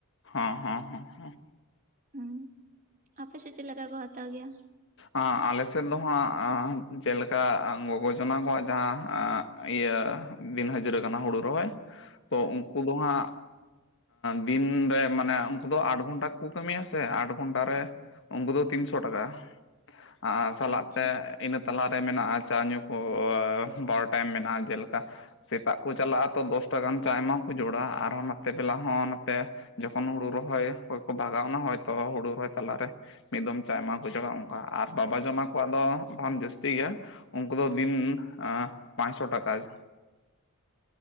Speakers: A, on the left (about 60°); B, on the right (about 40°).
A: ᱦᱚᱸ ᱦᱚᱸ ᱦᱚᱸ ᱦᱚᱸ
B: ᱦᱩᱸ ᱟᱯᱮ ᱥᱮᱫ ᱪᱮᱫ ᱞᱮᱠᱟ ᱠᱚ ᱦᱟᱛᱟᱣ ᱜᱮᱭᱟ
A: ᱟ ᱟᱞᱮ ᱥᱮᱫ ᱫᱚ ᱦᱟᱸᱜ ᱡᱮᱞᱮᱠᱟ ᱜᱚᱜᱚ ᱡᱚᱱᱟ ᱠᱚᱣᱟᱜ ᱡᱟᱦᱟᱸ ᱤᱭᱟᱹ ᱫᱤᱱ ᱦᱟᱹᱡᱨᱟᱹ ᱠᱟᱱᱟ ᱦᱳᱲᱳ ᱨᱚᱦᱚᱭ
B: <inaudible>
A: ᱛᱚ ᱩᱱᱠᱩ ᱫᱚ ᱦᱟᱸᱜ ᱫᱤᱱ ᱨᱮ ᱢᱟᱱᱮ ᱩᱱᱠᱩ ᱫᱚ ᱟᱴ ᱜᱷᱚᱱᱴᱟᱠᱚ ᱠᱟᱹᱢᱤᱭᱟ ᱥᱮ, ᱟᱴ ᱜᱷᱚᱱᱴᱟ ᱨᱮ ᱩᱱᱠᱩ ᱫᱚ ᱛᱤᱱᱥᱚ ᱴᱟᱠᱟ, ᱟᱨ ᱥᱟᱞᱟᱜ
B: ᱟᱪᱪᱷᱟ
A: ᱛᱮ ᱤᱱᱟᱹ ᱛᱟᱞᱟ ᱨᱮ ᱢᱮᱱᱟᱜᱼᱟ ᱪᱟ ᱧᱩ ᱠᱚ ᱵᱟᱨ ᱴᱟᱭᱤᱢ ᱢᱮᱱᱟᱜᱼᱟ ᱡᱮ ᱞᱮᱠᱟ ᱥᱮᱛᱟᱜ ᱠᱚ ᱪᱟᱞᱟᱜᱼᱟ ᱛᱚ ᱫᱚᱥᱴᱟ ᱜᱟᱱ ᱪᱟ ᱢᱟ ᱠᱚ ᱡᱚᱲᱟ ᱟᱨ ᱦᱚᱸ ᱱᱚᱛᱮ ᱫᱮᱞᱟᱝ ᱦᱚᱸ ᱱᱚᱛᱮ ᱡᱚᱠᱷᱚᱱ ᱦᱩᱲᱩ ᱨᱚᱦᱚᱭ ᱠᱚ ᱠᱚ ᱵᱷᱟᱜᱟᱣᱱᱟ ᱦᱚᱭ ᱛᱚ, ᱦᱩᱲᱩ ᱨᱚᱦᱚᱭ ᱛᱟᱞᱟ ᱨᱮ ᱢᱤᱫ ᱫᱚᱢ ᱪᱟᱭ ᱮᱢᱟ ᱚᱱᱮ ᱚᱱᱠᱟ ᱟᱨ ᱵᱟᱵᱟ ᱡᱚᱱᱟᱜ ᱠᱚᱣᱟᱜ ᱫᱚ <unintelligible> ᱡᱟᱹᱥᱛᱤ ᱜᱮᱭᱟ ᱾ ᱩᱱᱠᱩ ᱫᱚ ᱫᱤᱱ ᱟᱻ ᱯᱟᱸᱪᱥᱚ ᱴᱟᱠᱟᱡᱽ ᱾
B: <inaudible>